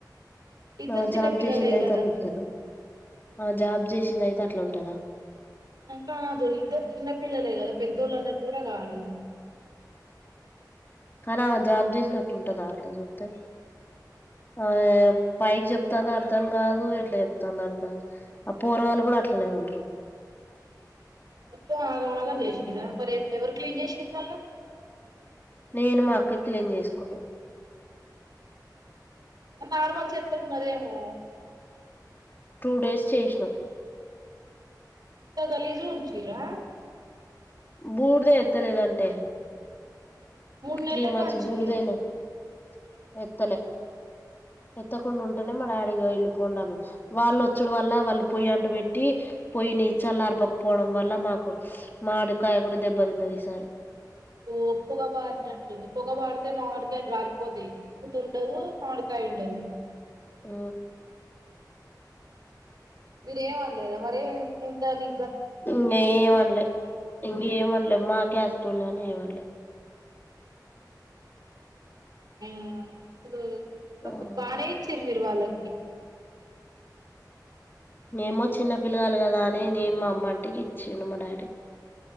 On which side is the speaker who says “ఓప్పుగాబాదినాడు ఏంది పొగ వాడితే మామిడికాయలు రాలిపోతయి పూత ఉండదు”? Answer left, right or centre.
Right